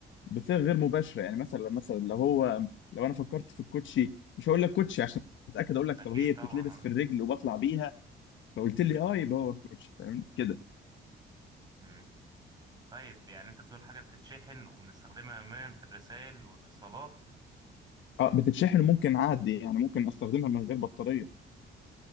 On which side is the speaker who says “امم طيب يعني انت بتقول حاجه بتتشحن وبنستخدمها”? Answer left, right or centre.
Right